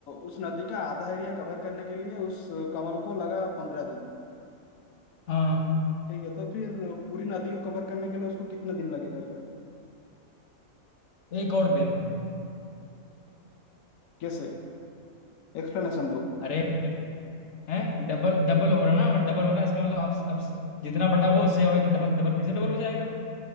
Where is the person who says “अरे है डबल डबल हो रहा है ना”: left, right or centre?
Left